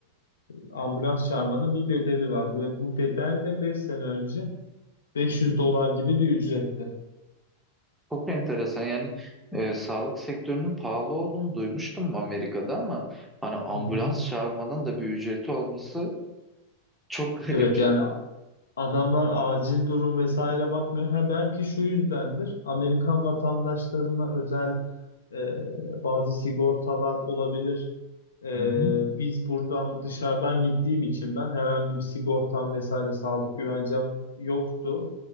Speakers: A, on the left (about 65°); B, in the centre.
A: ambulans çağırmanın bir bedeli var. Bu, ve bu bedel de 5 sene önce 500 dolar gibi bir ücretti.
B: Çok enteresan yani e, sağlık sektörünün pahalı olduğunu duymuştum Amerika'da ama hani ambulans
A: Hı hı.
B: çağırmanın da bir ücreti olması çok <laughs> garip.
A: Evet yani Adamlar acil durum vesaire bakmıyor. Ha belki şu yüzdendir. Amerikan vatandaşlarına özel e, bazı sigortalar olabilir. E,
B: Hı hı.
A: biz buradan dışarıdan gittiğim için ben herhangi bir sigortam vesaire sağlık güvencem yoktu.